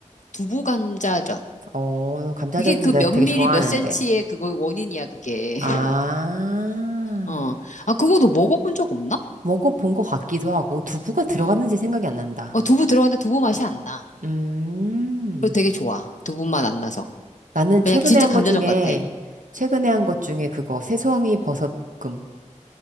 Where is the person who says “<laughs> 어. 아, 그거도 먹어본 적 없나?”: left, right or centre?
Left